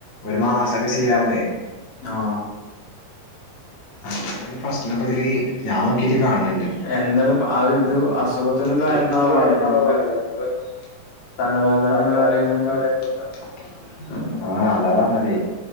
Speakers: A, on the left (about 45°); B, on the left (about 70°).
A: ഒരു മാസൊക്കെ ശീലാവൂലേ
B: ആഹ
A: അങ്ങനെ ഒരു പ്രശ്നപ്പതില് ഞാൻ നോക്കിട്ട് കാണ്ണ്ണ്ട്.
B: എന്തായാലും അത് ഇത് അസുഖത്തിനും
A: <unintelligible>
B: കാരണാവാണ് നമുക്ക് തലവേദന
A: തലവേദന
B: കാര്യങ്ങൾക്ക്
A: <unintelligible> ആഹ് അതാ പറഞ്ഞതെ